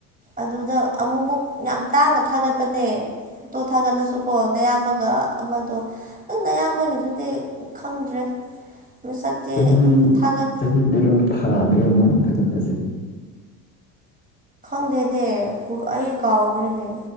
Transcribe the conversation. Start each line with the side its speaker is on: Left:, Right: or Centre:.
Right: ꯑꯗꯨꯗ ꯑꯃꯨꯛꯃꯨꯛ ꯌꯥꯝ ꯇꯥꯡꯅ ꯊꯥꯒꯠꯄꯅꯦ ꯐꯣꯇꯣ ꯊꯥꯒꯠꯂꯁꯨꯀꯣ ꯑꯌꯥꯝꯕꯒ ꯑꯃꯗꯣ ꯑꯗꯨꯝ ꯅꯌꯥꯝꯕꯒꯤꯗꯨꯗꯤ ꯈꯪꯗ꯭ꯔꯦ ꯃꯁꯛꯇꯤ
Left: ꯆꯍꯤ
Right: ꯊꯥꯒꯠ
Left: ꯆꯍꯤ ꯕꯦꯔꯣ ꯊꯥꯗ꯭ꯔꯣ ꯃꯥꯅ ꯊꯥꯒꯠꯄꯁꯦ
Right: ꯈꯗꯦꯅꯦ ꯑꯩ ꯀꯥꯎꯈ꯭ꯔꯦꯅꯦ